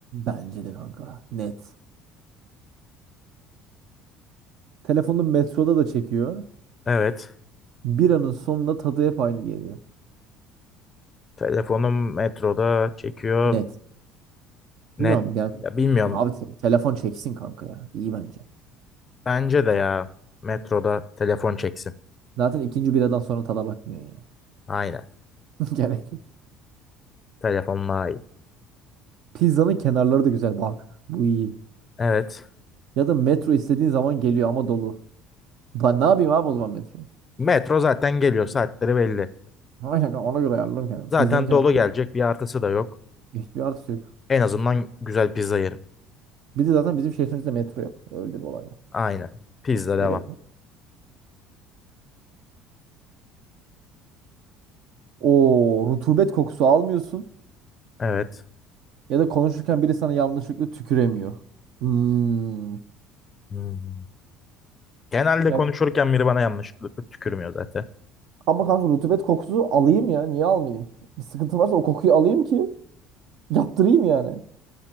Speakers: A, on the right; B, on the left.
A: Bence de kanka. Net. Telefonun metroda da çekiyor.
B: Evet.
A: Bir anın sonunda tadı hep aynı geliyor.
B: Telefonum metroda çekiyor.
A: Net.
B: Net.
A: Bilmiyorum yani
B: Ya bilmiyorum.
A: abi te- telefon çeksin kanka ya. İyi bence.
B: Bence de ya metroda telefon çeksin.
A: Zaten ikinci biradan sonra tada bakmıyor ya.
B: Aynen.
A: <laughs> Gerek. yok.
B: Telefon iyi.
A: Pizzanın kenarları da güzel bak. Bu iyi.
B: Evet.
A: Ya da metro istediğin zaman geliyor ama dolu. Ben ne yapayım abi o zaman metro?
B: Metro zaten geliyor. Saatleri belli.
A: Ama yani ona göre ayarlarım kendimi.
B: Zaten
A: Pizzanın kenarında
B: dolu gelecek. Bir artısı da yok.
A: hiçbir artısı yok.
B: En azından güzel pizza yerim.
A: Bir de zaten bizim şehrimizde metro yok. Öyle bir olay var.
B: Aynen. Pizza devam.
A: Gerek yok. O rutubet kokusu almıyorsun.
B: Evet.
A: Ya da konuşurken biri sana yanlışlıkla tüküremiyor. Hmm.
B: Hmm. Genelde
A: Ya,
B: konuşurken biri bana yanlışlıkla tükürmüyor zaten.
A: ama kanka rutubet kokusu alayım ya. Niye almayayım? Bir sıkıntı varsa o kokuyu alayım ki yaptırayım yani.